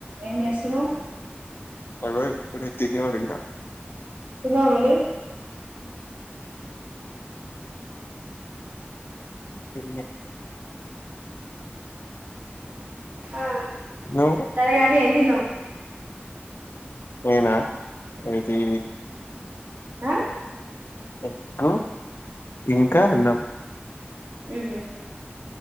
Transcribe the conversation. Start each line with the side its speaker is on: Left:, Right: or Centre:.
Right: ఏమ్ జేస్తనోవ
Left: అగో ఇప్పుడే తిని ఒరిగిన
Right: తిన్నావా మరి
Left: ఇ
Right: ఆ
Left: నువ్వు
Right: సరేగా అని ఎంతిన్నావ్
Left: నేను ఏది
Right: ఆ
Left: ఎగ్గు ఇంకా అన్నం
Right: ఆహ